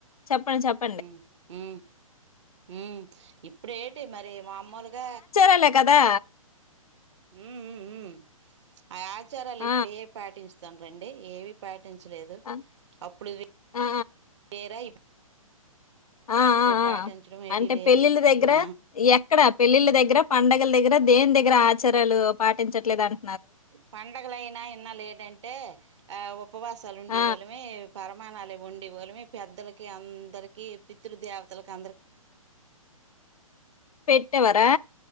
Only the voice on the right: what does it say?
మ్ మ్మ్ మ్ ఇప్పుడు ఏటి మరి మామోలుగా
మ్మ్ మ్మ్ ఉమ్ ఆ ఆచారాలు
ఇప్పుడే పాటించుతాన్రండి ఏవి పాటించలేదు
అప్పుడు
ఏర
పాటించడం
ఏటి
లేదు
ఆ
పండగలయినా ఇన్నాళ్ళు ఎటంటే ఆ ఉపవాసాలు ఉండి
వోళ్ళుమి పరమాణాలు ఉండే వోళ్ళుమి పెద్దలకి అందరికి పితృ దేవతలకి అందరి